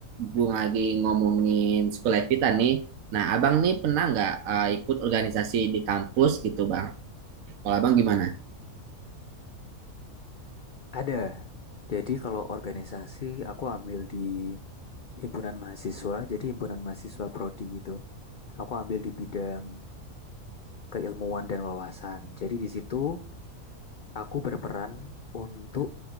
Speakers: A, on the right; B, on the left.
A: gue lagi ngomongin sekolah kita nih. Nah, abang nih pernah nggak eh, ikut organisasi di kampus gitu, bang? Kalau abang gimana?
B: Ada, jadi kalau organisasi aku ambil di himpunan mahasiswa, jadi himpunan mahasiswa prodi gitu. Aku ambil di bidang keilmuan dan wawasan. Jadi di situ aku berperan untuk,